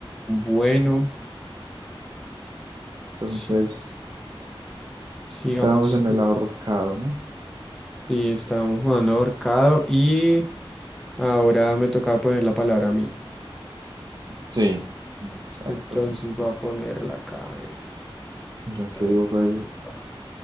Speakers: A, in the centre; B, on the right.
A: Bueno,
B: Entonces,
A: sí, sigamos
B: estábamos en
A: jugando.
B: el ahorcado, ¿no?
A: Sí, estábamos jugando ahorcado y ahora me tocaba poner la palabra a mí.
B: Sí, Exactamente.
A: Entonces voy a ponerla acá. a ver,
B: Yo aquí
A: a ver,
B: dibujo el
A: pa.